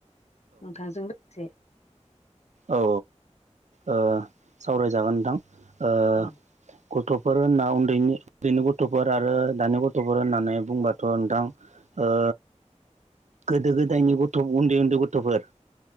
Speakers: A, on the left; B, on the right.
A: नोंथांजों लोगोसे
B: औ औ ओ सावरायजागोन नोंथां ओ
A: औ
B: गथ'फोर होनना उन्दैनि उन्दैनि गथ'फोर आरो दानि गथ'फोर होननानै बुंबाथ' नोंथां ओ।
A: <inaudible>
B: गोदो गोदायनि गथ' उन्दै उन्दै गथ'फोर